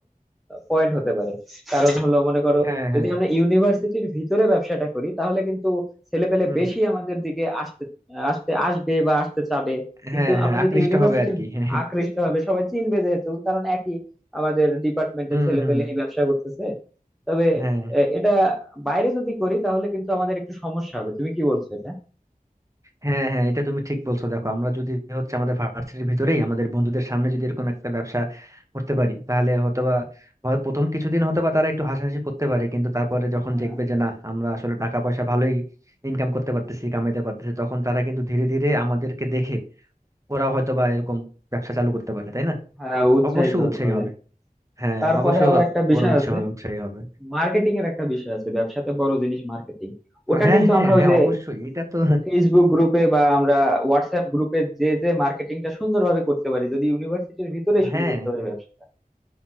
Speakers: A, in the centre; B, on the right.
A: পয়েন্ট হতে পারে কারণ হলো মনে করো
B: হ্যাঁ
A: যদি
B: হ্যাঁ
A: আমরা ইউনিভার্সিটির ভিতরে ব্যবসাটা করি তাহলে কিন্তু ছেলেপেলে
B: হুম
A: বেশি আমাদের দিকে আসতে আসতে আসবে বা আসতে চাবে কিন্তু
B: হ্যাঁ হ্যাঁ
A: আমরা
B: আকৃষ্ট
A: যদি ইউনিভার্সিটির
B: হবে আর কি হ্যাঁ
A: আকৃষ্ট হবে সবাই চিনবে যেহেতু কারণ একই আমাদের ডিপার্টমেন্টের
B: হুম
A: ছেলে
B: হুম
A: পেলে এই ব্যবসা করতেছে তবে
B: হ্যাঁ
A: এ- এটা বাইরে যদি করি তাহলে কিন্তু আমাদের একটু সমস্যা হবে তুমি কি বলছো এটা
B: হ্যাঁ হ্যাঁ এটা তুমি ঠিক বলছো দেখো আমরা যদি হচ্ছে আমাদের ভার্সিটির ভিতরেই আমাদের বন্ধুদের সামনে যদি এরকম একটা ব্যবসা করতে পারি তাহলে হয়তোবা হয় প্রথম কিছুদিন হয়তোবা তারা একটু হাসাহাসি করতে পারে কিন্তু তারপরে যখন
A: হ্যাঁ
B: দেখবে যে না আমরা আসলে টাকা পয়সা ভালোই ইনকাম করতে পারতেছি কামাইতে পারতেছি তখন তারা কিন্তু ধীরে ধীরে আমাদেরকে দেখে ওরাও হয়তোবা এরকম ব্যবসা চালু করতে পারে তাই না
A: হ্যাঁ উৎসাহিত
B: অবশ্য
A: হতে
B: উৎসাহী
A: হবে
B: হবে হ্যাঁ
A: তারপরে
B: অবশ্য
A: আবার একটা বিষয়
B: ওরা উৎসাহ
A: আছে
B: হবে উৎসাহী হবে
A: মার্কেটিং এর একটা বিষয় আছে ব্যবসাতে বড় জিনিস মার্কেটিং ওটা
B: হ্যাঁ
A: কিন্তু
B: হ্যাঁ
A: আমরা
B: হ্যাঁ
A: ওই যে
B: অবশ্যই এটা তো
A: ফেসবুক গ্রুপে বা আমরা হোয়াটসঅ্যাপ গ্রুপে যে যে মার্কেটিংটা সুন্দরভাবে করতে পারি যদি ইউনিভার্সিটির ভিতরেই শুরু
B: হ্যাঁ
A: করতে পারি ব্যবসাটা